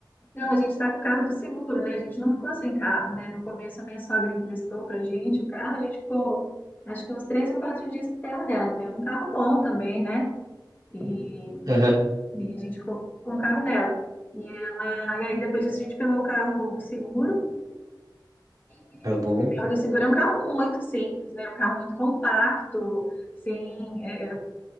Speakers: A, on the left (about 20°); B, on the right (about 50°).
A: não, a gente tá com o carro do seguro, né, a gente não ficou sem carro, né, no começo a minha sogra emprestou pra gente o carro, a gente ficou, acho que uns três ou quatro dias com o carro dela, que é um carro bom também, né, e
B: Aham,
A: E a gente ficou com o carro dela. E, ela, e aí depois disso a gente pegou o carro do seguro.
B: <laughs>
A: E
B: Tá bom.
A: o carro do seguro é um carro muito simples, né? Um carro muito compacto, sem é, é,